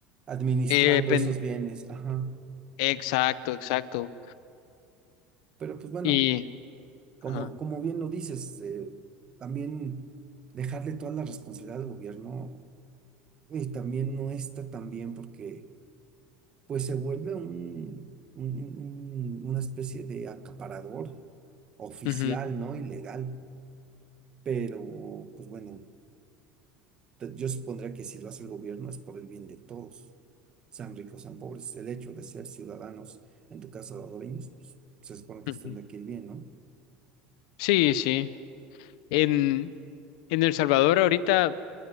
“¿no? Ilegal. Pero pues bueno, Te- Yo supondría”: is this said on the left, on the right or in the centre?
Right